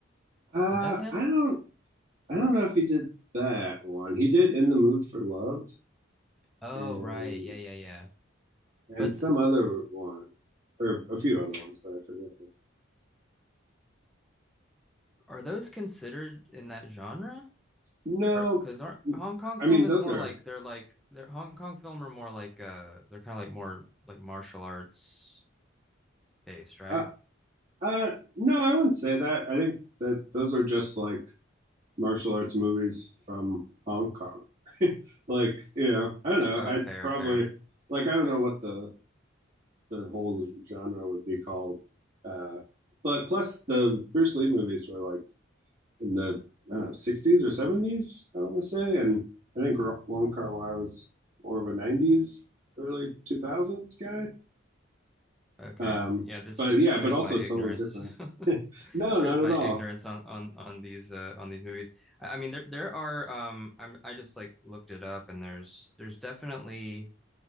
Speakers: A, on the right; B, in the centre.
A: Uh,
B: Is that him?
A: I don't. I don't know if he did that one. He did "In the Mood for Love"
B: Oh,
A: and
B: right. Yeah, yeah, yeah.
A: and
B: But
A: some
B: th-
A: other one or a few
B: okay.
A: other ones, but I forget.
B: Are those considered in that genre?
A: No,
B: Or because aren't Hong Kong film
A: I mean
B: is
A: those
B: more
A: are.
B: like they're like they're Hong Kong film are more like uh they're kind of like more like martial arts based, right?
A: Uh, uh, no, I wouldn't say that. I think that those are just like martial arts movies from Hong Kong. Like, you know, I don't know.
B: Oh,
A: I'd
B: fair,
A: probably
B: fair.
A: like I don't know what the the whole genre would be called. Uh, but plus, the Bruce Lee movies were like in the I don't know, 60s or 70s, I want to say. And I think Wong Kar Wai was more of a 90s, early 2000s guy.
B: Okay.
A: Um,
B: Yeah, this
A: but
B: just
A: yeah,
B: shows
A: but also
B: my ignorance.
A: totally different.
B: <laughs>
A: No,
B: Shows
A: not at
B: my
A: all.
B: ignorance on on on these uh on these movies. I, I mean there there are um I'm I just like looked it up and there's there's definitely